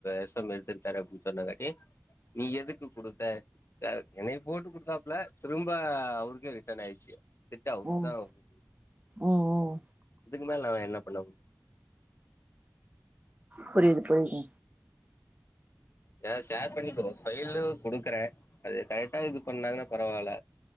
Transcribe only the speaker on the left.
எஸ் எம் எடுத்துக்கிட்டாரு அப்டின்னு சொன்னங்காட்டி நீ எதுக்கு குடுத்த அ எனக்கு போட் குடுத்தாப்ல திரும்ப அவருக்கே ரிட்டன் ஆயிருச்சி திட்ட அவுட்தா
அவு
இதுக்கு மேல நா என்ன பண்ண முடி
ஏதா ஷேர் பண்ணி பைலு குடுக்கறே அது கரெட்டா இது பண்ணாங்ன்னா பரவால்ல